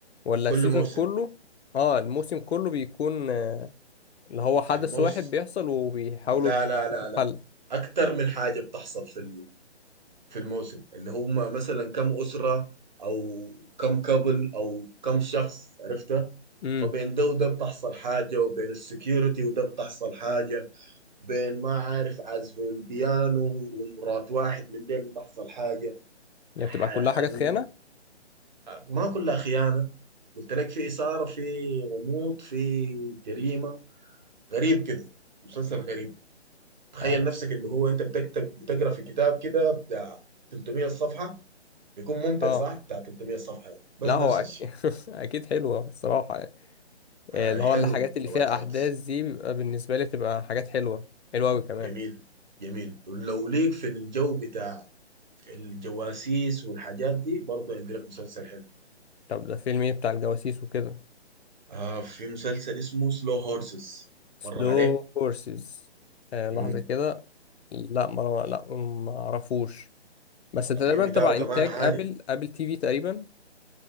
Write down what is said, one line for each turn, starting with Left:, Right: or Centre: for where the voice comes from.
Left: ولا
Right: كل
Left: السيزون
Right: موسم
Left: كله اه الموسم كله بيكون آه، اللي هو حدث
Right: الموسم
Left: واحد بيحصل وبيحاولوا
Right: لا لا لا
Left: يكتشفوا الحل
Right: لا اكتر من حاجه بتحصل في ال- في الموسم اللي هم مثلا كم أسرة أو كم كابل أو كم شخص عرفتها
Left: امم
Right: فبين ده وده بتحصل حاجة وبين السكيورتي وده بتحصل حاجة بين ما عارف عزف البيانو ومرات واحد من ديل بتحصل حاجة
Left: يعني
Right: حن...
Left: بتبقى كلها حاجات خيانة
Right: ما كلها خيانة قلت لك في إثارة في غموض في جريمة غريب كده مسلسل غريب تخيل
Left: اه
Right: نفسك اللي هو انت بتكتب بتقرا في كتاب كده بتاع 300 صفحة بيكون ممتع
Left: آه.
Right: صح بتاع 300 صفحة بس
Left: لا هو
Right: نفس
Left: أك...
Right: الشيء
Left: <laughs> اكيد حلوة الصراحة يعني.
Right: آه
Left: آه، اللي
Right: حلو
Left: هو الحاجات اللي
Right: ذا
Left: فيها
Right: وايت لوتس
Left: احداث دي بيبقى بالنسبة لي بتبقى حاجات حلوة حلوة قوي كمان
Right: جميل جميل ولو ليك في الجو بتاع الجواسيس والحاجات دي برضه عندي لك مسلسل حلو
Left: طب ده فيلم ايه بتاع الجواسيس وكده
Right: آه في مسلسل اسمه سلو هورسز
Left: سلو
Right: مر عليك
Left: هورسز آه لحظة
Right: مم.
Left: كده لا ما لا ما اعرفوش بس تقريبا
Right: التقييم بتاعه
Left: تبع
Right: كمان
Left: انتاج
Right: عالي
Left: ابل ابل تي في تقريبا